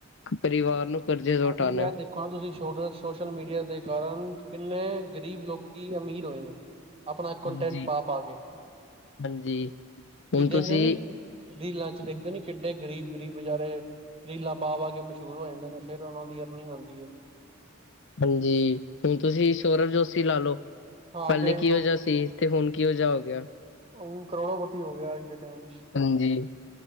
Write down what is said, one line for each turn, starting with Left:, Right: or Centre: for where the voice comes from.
Left: ਪਰਿਵਾਰ ਨੂੰ- ਕਰਜ਼ੇ ਤੋਂ
Right: ਭਜੀ
Left: ਹਟਾਣਾ।
Right: ਹੈਤੇ- ਦੇਖੋ, ਤੁਸੀ ਸੋਸ਼ਲ ਮੀਡੀਆ ਦੇ ਕਾਰਨ, ਕਿਨੇ ਗਰੀਬ ਲੋਕੀ ਅਮੀਰ ਹੋਏ ਨੇ- ਆਪਣਾ
Left: ਹਾਂਜੀ।
Right: ਕੰਟੈਕਟ ਪਾ -ਪਾ ਕੇ, ਤੁਸੀ
Left: ਹਾਂਜੀ, ਹੁਣ ਤੁਸੀਂ
Right: ਦੇਖਦੇ ਨੀ- ਰੀਲਾਂ 'ਚ ਦੇਖਦੇ ਨੀ ਕਿਡੇ ਗਰੀਬ- ਗਰੀਬ ਵਿਚਾਰੇ ਰੀਲਾਂ ਪਾ-ਪਾ ਕੇ ਮਸ਼ਹੂਰ ਹੋ ਜਾਦੇ ਨੇ- ਫੇਰ ਉਹਨਾਂ ਦੀ ਅਰਨਿੰਗ ਆਉਦੀ ਹੈ।
Left: ਹਾਂਜੀ, ਹੁਣ ਤੁਸੀ ਸ਼ੋਰਭ ਜੋਸੀ ਲਾਲੋ,
Right: ਹਾਂ
Left: ਪਹਿਲੇ
Right: ਦੇਖ
Left: ਕਿਹੋ
Right: ਲੋ
Left: ਜਿਹਾ ਸੀ। ਤੇ ਹੁਣ ਕੀਓ ਜੇਆ ਹੋ ਗਿਆ।
Right: ਹ ਕਰੋੜੋ ਪਤੀ ਹੋ ਗਿਆ ਅਜ ਦੇ ਟਾੲਮ 'ਚ,
Left: ਹਾਂਜੀ।